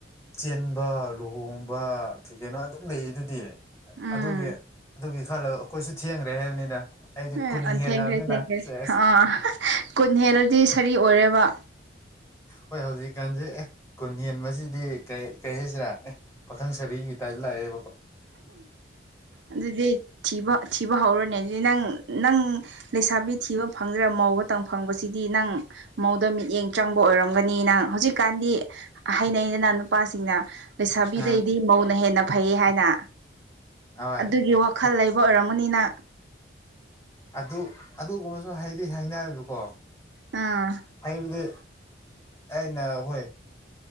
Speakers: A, on the left (about 15°); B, on the right (about 70°).
A: ꯆꯦꯟꯕ ꯂꯨꯍꯣꯡꯕ ꯀꯩꯅꯣ ꯑꯗꯨꯝ ꯂꯩ ꯑꯗꯨꯗꯤ
B: ꯎꯝ
A: ꯑꯗꯨꯒꯤ ꯑꯗꯨꯒꯤ ꯈꯜꯂꯒ ꯑꯩꯈꯣꯏꯁꯨ ꯊꯦꯡꯈ꯭ꯔꯦ ꯍꯥꯏꯕꯅꯤꯗ ꯑꯩꯗꯤ
B: ꯑ
A: ꯀꯨꯟ
B: ꯑ
A: ꯍꯦꯜꯂꯕꯅꯤꯅ
B: ꯊꯦꯡꯈ꯭ꯔꯦ ꯊꯦꯡꯈꯦ
A: ꯁꯦꯁ
B: ꯑꯥ ꯀꯨꯟ ꯍꯦꯜꯂꯗꯤ ꯁꯔꯤ ꯑꯣꯏꯔꯦꯕ
A: ꯍꯣꯏ ꯍꯧꯖꯤꯛꯀꯥꯟꯁꯦ ꯑꯦ ꯀꯨꯟ ꯌꯦꯟꯗꯤ ꯀꯩ ꯍꯥꯏꯁꯤꯔꯥ ꯑꯦ ꯄꯥꯈꯪ ꯁꯔꯤꯒꯤ ꯂꯥꯏ ꯂꯩ
B: ꯑꯗꯨꯗꯤ ꯊꯤꯕ ꯊꯤꯕ ꯍꯧꯔꯅꯦ ꯑꯗꯨꯗꯤ ꯅꯪ ꯅꯪ ꯂꯩꯁꯥꯕꯤ ꯊꯤꯕ ꯐꯪꯗ꯭ꯔꯥ ꯃꯧ ꯈꯇꯪ ꯐꯪꯕꯁꯤꯗꯤ ꯅꯪ ꯃꯧꯗ ꯃꯤꯠꯌꯦꯡ ꯆꯪꯕ ꯑꯣꯏꯔꯝꯒꯅꯤ ꯅꯪ ꯍꯧꯖꯤꯛꯀꯥꯟꯗꯤ ꯍꯩꯅꯩꯅ ꯅ ꯅꯨꯄꯥꯁꯤꯡꯅ ꯂꯩꯁꯥꯕꯤꯗꯩꯗꯤ
A: ꯑ
B: ꯃꯧꯅ ꯍꯦꯟꯅ ꯐꯩ ꯍꯥꯏꯅ
A: ꯍꯣꯏ
B: ꯑꯗꯨꯒꯤ
A: ꯑꯗꯨ
B: ꯋꯥꯈꯜ ꯂꯩꯕ ꯑꯣꯏꯔꯝꯃꯅꯤꯅ
A: ꯑꯗꯨ ꯑꯗꯨꯒꯨꯝꯕꯁꯨ ꯍꯥꯏꯗꯤ ꯍꯥꯏꯅꯕꯀꯣ
B: ꯑꯥ
A: ꯍꯥꯏꯕꯗꯤ ꯑꯩꯅ ꯍꯣꯏ